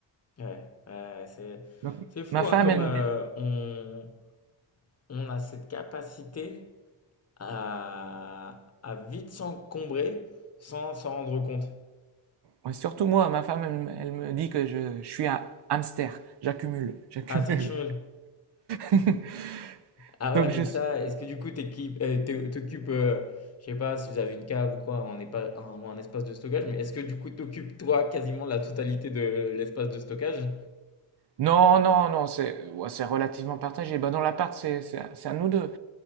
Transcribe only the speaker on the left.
ouais, c'est
c'est fou
hein, comme
euh,
on, on a cette capacité à, à vite s'encombrer sans s'en rendre compte.
Ah, t'accumules.
Ah
ouais, mais
ça, est-ce que du coup, t'équipes- euh, t'o- t'occupes, euh, je sais pas si vous avez une cave ou quoi, ou un, épa- un- ou un espace de stockage, mais est-ce que du coup, t'occupes toi quasiment la totalité de l'espace de stockage?